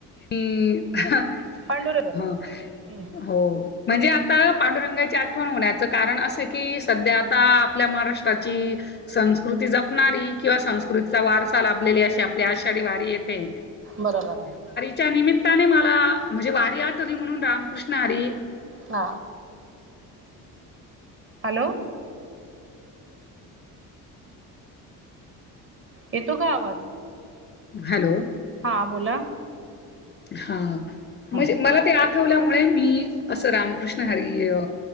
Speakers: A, on the left; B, on the right.
A: ह हा,
B: पांडुरंग.
A: हा
B: हम्म
A: हो म्हणजे आता पांडुरंगाची आठवण होण्याचं कारण असं की सध्या आता आपल्या महाराष्ट्राची संस्कृती जपणारी किंवा संस्कृतीचा वारसा लाभलेली अशी आपली आषाढी वारी येते
B: बरोबर आहे
A: च्या निमित्ताने मला म्हणजे वारी आठवली म्हणून रामकृष्ण आरी
B: हा हॅलो येतो का आवाज
A: हॅलो
B: हा बोला
A: हा. म्हणजे
B: हा.
A: मला ते आठवल्यामुळे मी असं रामकृष्ण हरि अ